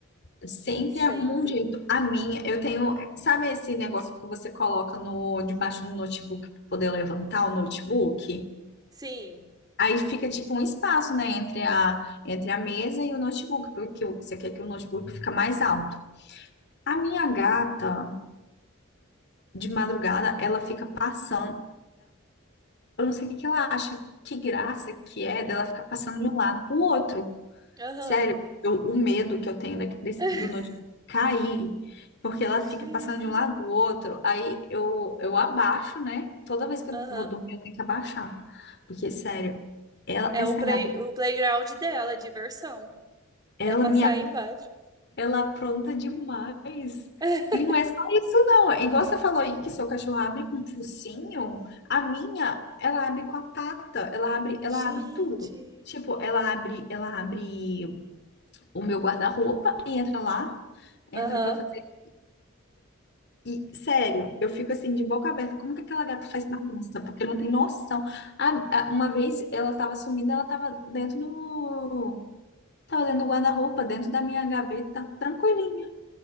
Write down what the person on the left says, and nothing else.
Sempre
arrumam um jeito. A minha, eu tenho, sabe esse negócio que você coloca no debaixo do notebook para poder levantar o notebook?
Aí fica tipo um espaço, né, entre a entre a mesa e o notebook, porque o- você quer que o notebook fica mais alto. A minha gata, de madrugada, ela fica passando. Eu não sei o que que ela acha, que graça que é dela ficar passando de um lado pro outro.
Sério, eu- o medo que eu tenho daqui desse-
do notebook cair, porque ela
fica passando de um lado pro outro, aí eu, eu abaixo, né? Toda vez que eu
vou dormir, eu tenho que abaixar. Porque, sério, ela,
essa
gata,
ela
me
Ela apronta demais.
E não é só isso, não. Igual você falou aí que seu cachorro abre com o focinho, a minha, ela abre com a pata, ela abre,
ela abre tudo. Tipo, ela abre, ela abre o meu guarda-roupa e entra lá, entra
pra fazer. E, sério, eu fico assim de boca aberta, como que aquela gata faz bagunça? Porque não tem noção. A- a- uma vez ela tava sumida, ela tava dentro do, tava dentro do guarda-roupa, dentro da minha gaveta, tranquilinha,